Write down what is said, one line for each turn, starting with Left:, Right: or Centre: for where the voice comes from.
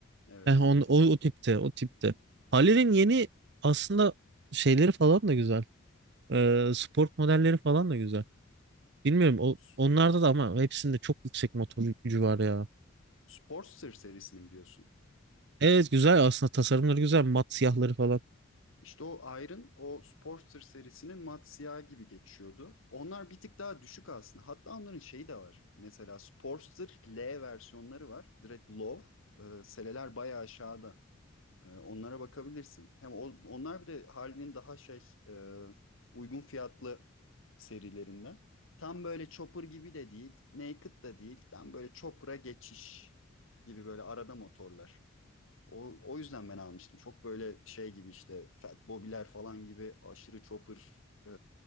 Left: Evet.
Right: Eh, on, o, o tipte, o tipte. Halil'in yeni aslında şeyleri falan da güzel. Ee, sport modelleri falan da güzel. Bilmiyorum o,
Left: S-
Right: onlarda da ama hepsinde çok yüksek motor gücü var ya.
Left: Sportster serisini mi diyorsun?
Right: Evet güzel aslında tasarımları güzel. Mat siyahları falan.
Left: İşte o Iron, o Sportster serisinin mat siyah gibi geçiyordu. Onlar bir tık daha düşük aslında. Hatta onların şeyi de var. Mesela Sportster L versiyonları var. Direkt low. Ee, seleler bayağı aşağıda. Ee, onlara bakabilirsin. Hem o- onlar bir de Harley'nin daha şey e, uygun fiyatlı serilerinden. Tam böyle Chopper gibi de değil, Naked da değil. Tam böyle Chopper'a geçiş gibi böyle arada motorlar. O, o yüzden ben almıştım. Çok böyle şey gibi işte Fat Bobby'ler falan gibi aşırı Chopper e,